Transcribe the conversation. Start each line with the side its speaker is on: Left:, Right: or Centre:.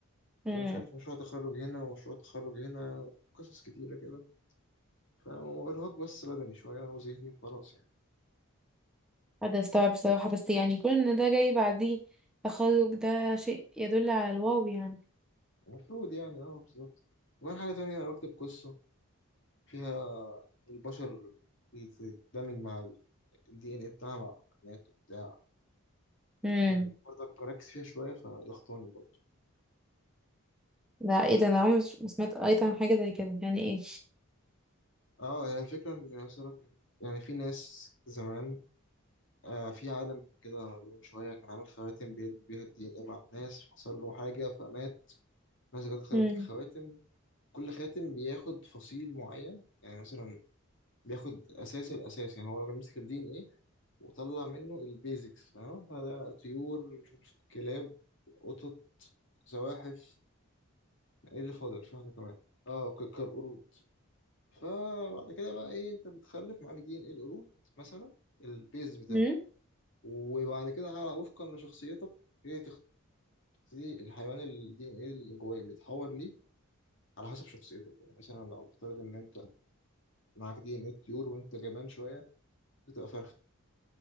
Left: ومش
Centre: امم
Left: عارف مشروع تخرج هنا ومشروع تخرج هنا وقصص كتيره كده فارهاق بس بدني شويه وذهني وخلاص يعني
Centre: هذا استوعب بصراحه بس يعني كون ان ده جاي بعديه تخرج ده شيء يدل على الواو يعني
Left: المفروض يعني اه بالظبط وكمان حاجه تانية انا بكتب قصه فيها البشر بتندمج مع الدي ان اي بتاعها مع الحيوانات وبتاع
Centre: امم
Left: فبرضك بركز فيها شويه فضغطاني برضه
Centre: ده ايه ده انا عمري ما سمعت قريت عن حاجه زي كده يعني ايه
Left: اه هي الفكرة ان مثلا يعني في ناس زمان آه في عالم كده من شوية كان عامل خواتم بيدمج بيها الدي ان ايه مع الناس حصل له حاجة فمات الناس جت خدت
Centre: امم
Left: الخواتم كل خاتم بياخد فصيل معين يعني مثلا بياخد اساس الاساس يعني هو راجل مسك الدي ان ايه وطلع منه البيزكس فاهم هذا طيور مش عارف كلاب قطط زواحف ايه اللي فاضل في واحدة كمان اه ك- كالقرود فبعد كده بقى ايه انت بتخلف معاك دي ان ايه القرود مثلا البيز بتاعه
Centre: امم
Left: وبعد كده على وفقا لشخصيتك ايه تختاري الحيوان الدي ان ايه اللي جواك بيتحول ليه على حسب شخصيتك يعني مثلا لو نفترض ان انت معاك دي ان ايه الطيور وانت جبان شويه بتبقى فرخه